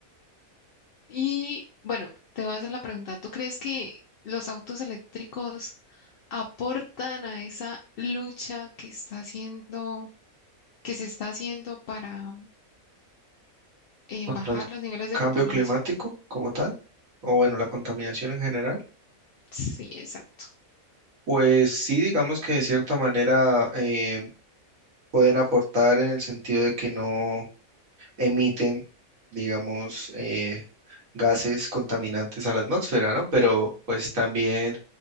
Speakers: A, on the left (about 60°); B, on the right (about 70°).
A: Y bueno, te voy a hacer la pregunta. ¿Tú crees que los autos eléctricos aportan a esa lucha que está haciendo, que se está haciendo para <clears throat> eh,
B: ¿Contra
A: bajar
B: el
A: los niveles
B: cambio
A: de contaminación?
B: climático como tal? O bueno, la contaminación en general.
A: Sí, exacto.
B: Pues sí, digamos que de cierta manera eh, pueden aportar en el sentido de que no. emiten, digamos, eh, gases contaminantes a la atmósfera, ¿no? Pero pues también